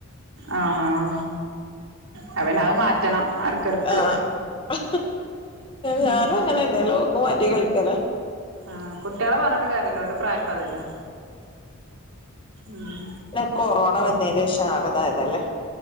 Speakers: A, on the right; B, on the left.
A: ആഹ് അപ്പ പിന്നെ അത് മാറ്റണം ഇടക്കിടക്ക്
B: ആഹ്
A: ഉം
B: ഞാനും അങ്ങനെന്നെല്ലോ മാറ്റി കളിക്കലാ
A: ആഹ് കുട്ടികള പറഞ്ഞിട്ടും കാര്യല്ല ഓലെ പ്രായപ്പതല്ലേ ഉം
B: ഒക്കെ കൊറോണ വന്നേന്ന് ശേഷം ആഗതായതല്ലേ